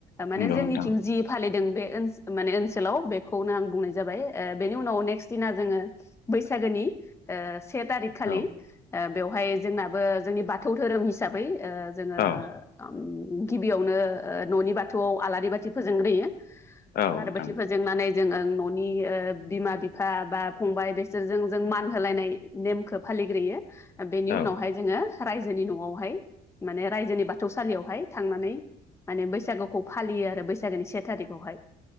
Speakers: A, on the left (about 15°); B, on the left (about 60°).
A: माने
B: नंगौ
A: जोंनिथिं
B: नोंथां
A: जि फालिदों बे ओनसो माने ओनसो। हेल' बेखौनो आं बुंनाय जाबाय ओ बेनि उनाव नेक्स्ट दिना जोङो बैसागोनि ओ से थारिख खालि
B: औ
A: ओ बेवहाय जोंनाबो जोंनि बाथौ धोरोम हिसाबै ओ जोङो
B: औ
A: उम गिबियावनो न'नि बाथौआव आलारि बाथि फोजोंग्रोयो
B: औ
A: लारि
B: नोंथां
A: बाथि फोजोंनानै जोङो न'नि ओ बिमा बिफा बा फंबाय बिसोरजों जों मान होलायनाय नेमखौ फालि फालिग्रोयो बेनि
B: औ
A: उनावहाय जोङो रायजोनि न'आवहाय माने रायजोनि बाथौसालियावहाय थांनानै माने बैसागु खौ फालियो आरो बैसागोनि से थारिकावहाय